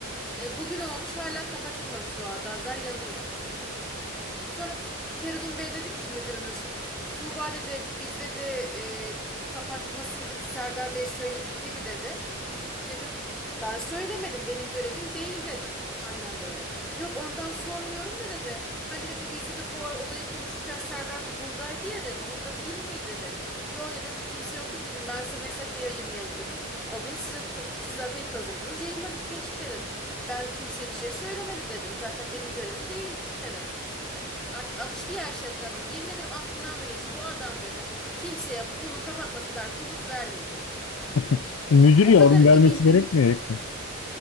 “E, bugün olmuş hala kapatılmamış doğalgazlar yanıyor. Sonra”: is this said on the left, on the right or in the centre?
Centre